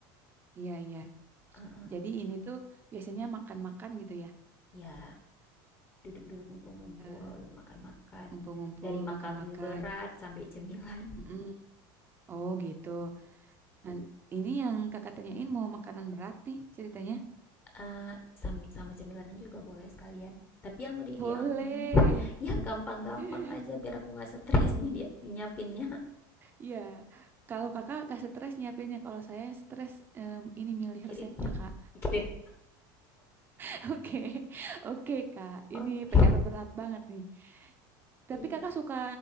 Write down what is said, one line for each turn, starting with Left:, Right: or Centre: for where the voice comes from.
Right: iya iya.
Left: Heeh.
Right: Jadi ini tuh biasanya makan-makan gitu ya?
Left: Ya, duduk-duduk ngumpul-ngumpul,
Right: Eh,
Left: makan-makan.
Right: ngumpul-ngumpul,
Left: Dari makan
Right: makan-makan.
Left: berat sampai cemilan.
Right: Mm-mm. Oh gitu. Nah, ini yang kakak tanyain mau makanan berat nih ceritanya?
Left: Eh, sampai sama cemilannya juga boleh sekalian. Tapi yang ri-
Right: Boleh.
Left: yang <laughs> yang gampang-gampang
Right: <laughs>
Left: aja biar aku nggak stres <laughs> nih dia nyiapinnya.
Right: Iya, kalau kakak gak stres nyiapinnya, kalau saya stres em, ini
Left: <laughs>
Right: milih
Left: Pikirin.
Right: resepnya kak.
Left: Pikirin.
Right: <laughs> Oke, oke kak,
Left: Oke.
Right: ini PR berat banget nih. Tapi
Left: Iya.
Right: kakak suka